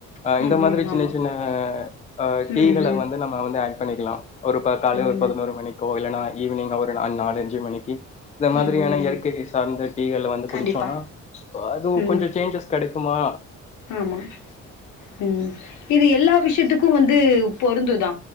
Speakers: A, on the left (about 25°); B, on the left (about 85°).
A: அ இந்த
B: ம்
A: மாதிரி
B: ம்
A: சின்ன
B: ஆமா
A: சின்ன அ டீகள
B: ம் ம்
A: வந்து நம்ம வந்து ஆ பண்ணிக்கலா ஒருபா காலேல
B: ம்
A: ஒரு பதினோரு மணிக்கோ இல்லைன்னா ஈவினிங் ஒரு அ நாலஞ்சு மணிக்கு இந்த மாதிரியான
B: ம் ம்
A: இயற்கைக்கு
B: ம்
A: சார்ந்த டி குடிச்சோனா
B: கண்டிப்பா
A: அது
B: ம்
A: கொஞ்ச சேஞ்சஸ் கடைக்குமா
B: ஆமா உ இது எல்லா விஷயத்துக்கு வந்து பொருந்துதா